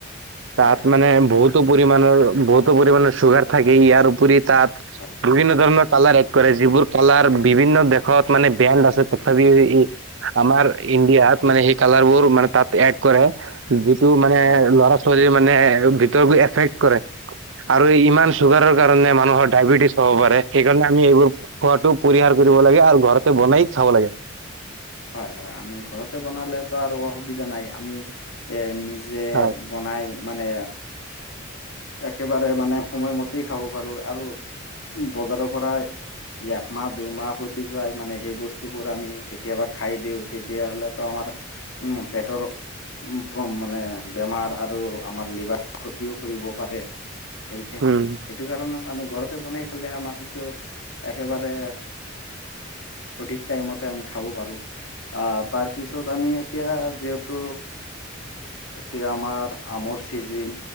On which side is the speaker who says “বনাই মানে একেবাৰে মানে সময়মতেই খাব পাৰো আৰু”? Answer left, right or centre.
Left